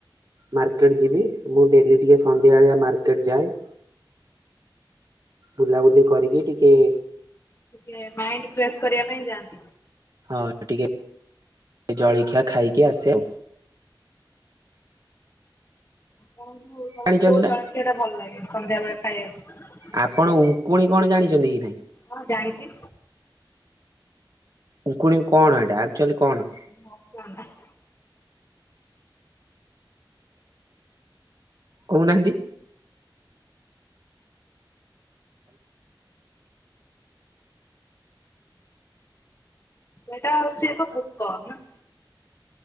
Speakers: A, on the right (about 50°); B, on the left (about 35°).
A: ମାର୍କେଟ ଯିବି। ମୁଁ ଡେଲି ଟିକିଏ ସନ୍ଧ୍ୟାବେଳିଆ ମାର୍କେଟ ଯାଏ। ବୁଲାବୁଲି କରିକି ଟିକିଏ
B: ଟିକିଏ ମାଇଣ୍ଡି ଫ୍ରେଶ୍ କରିବା ପାଇଁ ଯାଆନ୍ତି।
A: ହଁ ଟିକିଏ ଜଳଖିଆ ଖାଇକି ଆସେ ଆଉ।
B: ଆପଣଙ୍କୁ କୋଉ
A: ଜାଣିଛନ୍ତି
B: କୋଉ ଜଳଖିଆଟା
A: ନା
B: ଭଲ ଲାଗେ ସନ୍ଧ୍ୟା ବେଳେ ଖାଇବାକୁ?
A: ଆପଣ ଉଙ୍କୁଣି କଣ ଜାଣିଚନ୍ତି କି ନାଇଁ?
B: ହଁ ଜାଣିଚି।
A: ଉଙ୍କୁଣି କଣ ଏଇଟା? ଆକ୍ଚୁଆଲି କଣ?
B: ମୋକ ନା। <inaudible>
A: କହୁ ନାହାନ୍ତି?
B: ସେଇଟା ହୋଉଚି ଏକ ପୁକ। ନା